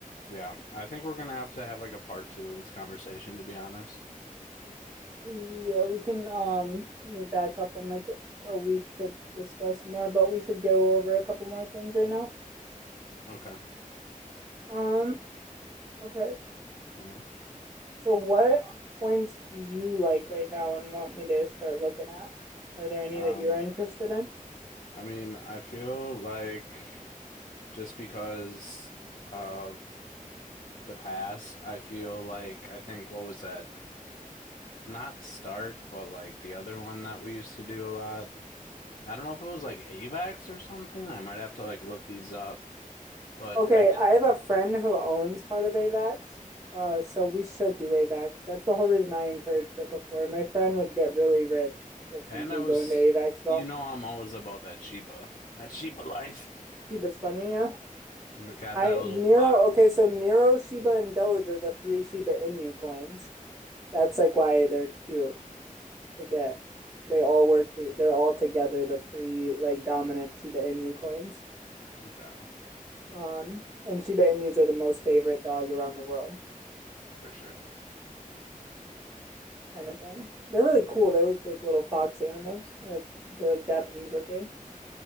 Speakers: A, on the left; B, on the right.
A: yeah, I think we're gonna have to have like a part two of this conversation to be honest.
B: yeah we can um meet back up in like a week to discuss more but we should go over a couple more things right now
A: Okay.
B: um okay
A: Mm.
B: so what coins do you like right now and want me to start looking at are there any
A: Um,
B: that you're interested in
A: I mean, I feel like just because of the past, I feel like I think what was that? Not Stark, but like the other one that we used to do a lot. I don't know if it was like AVAX or something. I might have to like look these up. But
B: Okay,
A: I d
B: I have a friend who owns part of AVAX, uh, so we should do AVAX. That's the whole reason I encouraged it before. My friend would get really rich if
A: And
B: we do
A: I was,
B: go into AVAX at all.
A: you know, I'm always about that Shiba, that Shiba life.
B: Shiba's funny, yeah.
A: It got
B: I
A: that little
B: Nero.
A: fox.
B: Okay, so Nero, Shiba, and Doge are the three Shiba Inu coins. That's like why they're cute to get. They all work to. They're all together the three like dominant Shiba Inu coins.
A: Okay,
B: Um, and Shiba Inus are the most favorite dog around the world.
A: for sure.
B: kind of thing. They're really cool. They look like little fox animals. Or like they're like Japanese looking.